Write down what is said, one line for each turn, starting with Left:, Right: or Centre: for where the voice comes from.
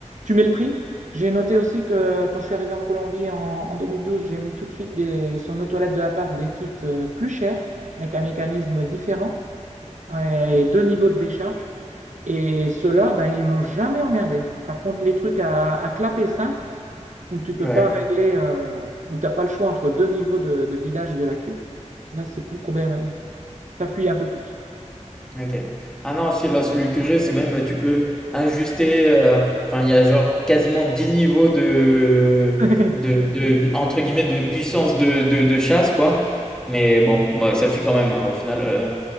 Right: Tu mets le prix. J'ai noté aussi que quand je suis arrivé en Colombie en, en 2012, j'ai mis tout de suite des, sur nos toilettes de l'appart des kits euh, plus chers, avec un mécanisme différent euh, et deux niveaux de décharge. Et ceux-là, bah, ils m'ont jamais emmerdé. Par contre, les trucs à, à clapet simple, où tu peux
Centre: Ouais.
Right: pas régler, euh, où t'as pas le choix entre deux niveaux de, de vidage de la cuve, là, c'est plus problème. Ça fuit un peu plus.
Centre: OK. Ah non, si là, celui que j'ai, c'est même, euh, tu peux ajuster, heu, enfin, il y a genre quasiment 10 niveaux de
Right: <laughs>
Centre: de de entre guillemets, «de puissance de de de chasse» quoi. Mais bon, moi, ça suffit quand même, hein, au final, heu,